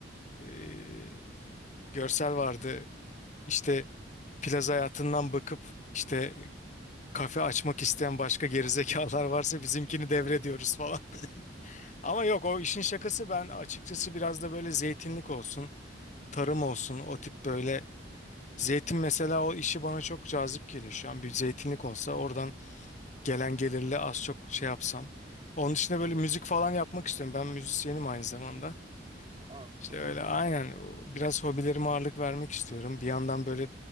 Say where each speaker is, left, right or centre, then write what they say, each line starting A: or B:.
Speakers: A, on the left; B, on the right.
A: e, görsel vardı. İşte plaza hayatından bakıp işte kafe açmak isteyen başka gerizekalar varsa bizimkini
B: Evet.
A: devrediyoruz falan. <laughs> Ama yok o işin şakası ben açıkçası biraz da böyle zeytinlik olsun, tarım olsun o tip böyle. Zeytin mesela o işi bana çok cazip geliyor şu an bir zeytinlik olsa oradan gelen gelirle az çok şey yapsam. Onun dışında böyle
B: Evet.
A: müzik falan yapmak istiyorum. Ben müzisyenim aynı zamanda.
B: Aa
A: İşte
B: çok
A: öyle
B: güzel.
A: aynen o- biraz hobilerime ağırlık vermek istiyorum. Bir yandan böyle